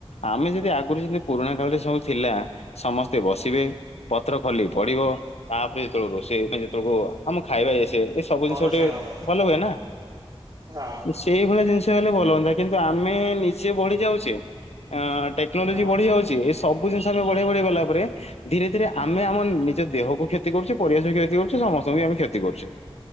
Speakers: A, on the left (about 85°); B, on the right (about 35°).
A: ଆମେ ଯଦି ଆଗରୁ ଯେମିତି ପୁରୁଣା କାଳରେ ସବୁ ଥିଲା ସମସ୍ତେ ବସିବେ ପତ୍ର ଖୋଲିକି ପଡ଼ିବ ତାପରେ ଯେତେବେଳେ ରୋଷେଇ ଯେତେବେଳକୁ ଆମ ଖାଇବା ସେ ଏ ସବୁ ଜିନିଷ
B: ପରସୀୟ
A: ଗୋଟେ
B: ହବ
A: ଭଲ ହୁଏ ନା।
B: ହଁ
A: ସେଇଭଳିଆ ଜିନିଷ ଲେ ବଲ <unintelligible> କିନ୍ତୁ ଆମେ ନିଜେ ବଢି ଯାଉଛେ। ଟେକ୍ନୋଲୋଜି
B: ହଁ
A: ବଢିଯାଉଛି। ସବୁ ଜିନିଷ ଆମେ ବଢିଆ ବଢେଇ ଗଲା ପରେ ଧୀରେ ଧୀରେ ଆମେ ଆମ ନିଜ ଦେହକୁ କ୍ଷତି କରୁଛେ। ପରିବେଷ କରଛେ <unintelligible> ସମସ୍ତଙ୍କୁ ଆମେ କ୍ଷତି କରୁଛେ।